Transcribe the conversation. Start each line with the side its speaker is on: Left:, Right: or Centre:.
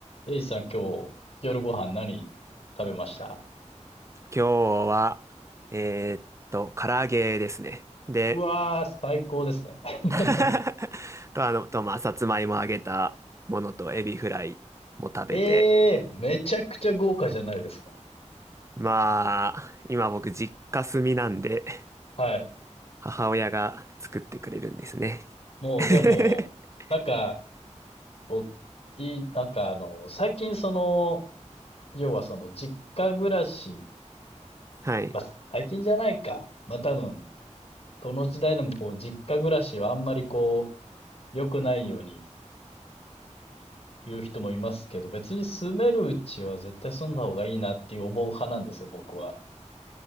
Left: エイジさん、今日、夜ご飯何食べました
Right: 今日は、えーっと、唐揚げですね。で、
Left: うわー、最高ですね。<laughs>
Right: <laughs> と、あの、と、まあ、さつまいも揚げたものとエビフライも食べて、
Left: ええー、めちゃくちゃ豪華じゃないですか。
Right: まあ、今僕実家住みなんで、
Left: はい。
Right: 母親が作ってくれるんですね。
Left: もう、
Right: <laughs>
Left: でも、なんか、僕、いい、なんかあの、最近その、要はその、実家暮らし、
Right: はい。
Left: まあ、最近じゃないか。まあ、多分、どの時代でもこう、実家暮らしはあんまりこう、良くないように言う人もいますけど、別に住めるうちは絶対住んだ方がいいなっていう思う派なんですよ、僕は。